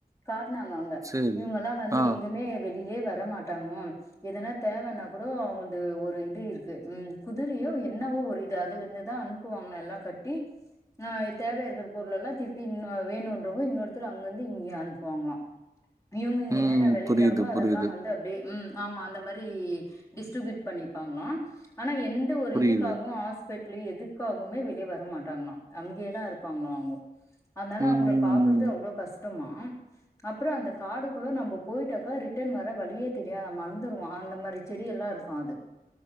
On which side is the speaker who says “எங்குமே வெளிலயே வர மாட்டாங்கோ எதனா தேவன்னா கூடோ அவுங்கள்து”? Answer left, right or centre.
Left